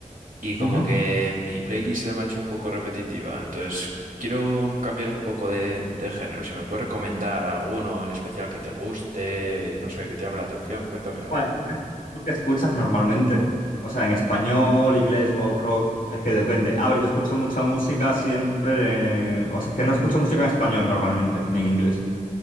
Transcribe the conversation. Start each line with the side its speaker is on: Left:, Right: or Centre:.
Right: y como
Left: Ujú.
Right: que mi playlist se me ha hecho un poco repetitiva, entonces quiero cambiar un poco de, de género. Si me puedes recomendar alguno en especial que te guste, no sé, que te llame la atención, cuéntame algo.
Left: Vale, ¿tú qué, tú qué escuchas normalmente? O sea, en español, inglés, pop, rock, es que depende. A ver, yo escucho mucha música siempre. eh, O sea, es que no escucho música en español normalmente, ni en inglés.